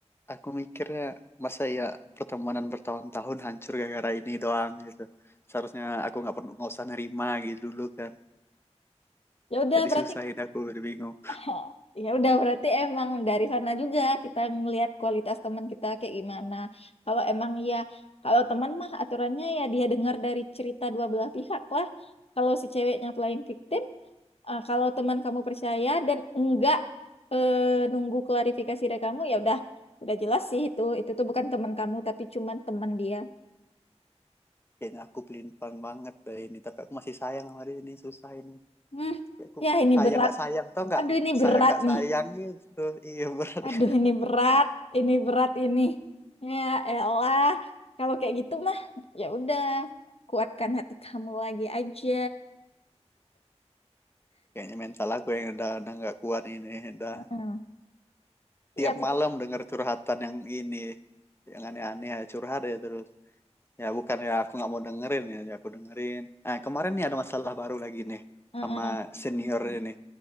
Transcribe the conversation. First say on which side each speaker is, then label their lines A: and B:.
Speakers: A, on the left (about 20°); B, on the left (about 60°).
A: aku mikirnya masa ya pertemanan bertahun-tahun hancur gara-gara ini doang gitu seharusnya aku nggak perlu nggak usah nerima gitu dulu kan
B: ya udah
A: jadi
B: berarti
A: susahin aku udah bingung
B: Oh, Ya udah berarti emang dari sana juga kita ngelihat kualitas teman kita kayak gimana. Kalau emang ya kalau teman mah aturannya ya dia dengar dari cerita dua belah pihak lah. Kalau si ceweknya playing victim, eh, kalau teman kamu percaya dan enggak eh, nunggu klarifikasi dari kamu ya udah udah jelas sih itu itu tuh bukan teman kamu tapi cuman teman dia.
A: kayaknya aku pelintang banget dah ini tapi aku masih sayang sama dia ini susah ini
B: Hmm,
A: Ya, aku
B: ya ini
A: sayang
B: berat.
A: nggak sayang tau nggak
B: Aduh ini berat
A: sayang nggak
B: nih.
A: sayang gitu iya berat
B: Aduh,
A: ya
B: ini berat, ini berat ini. Ya elah, kalau kayak gitu mah ya udah kuatkan hati kamu lagi aja.
A: kayaknya mental aku yang udah udah nggak kuat ini udah
B: Heeh. Iya,
A: tiap
B: pikir.
A: malam denger curhatan yang ini yang aneh-aneh ya curhat ya terus ya bukan ya aku nggak mau dengerin ya ya aku dengerin nah kemarin nih ada masalah baru lagi nih
B: Heeh.
A: sama senior ini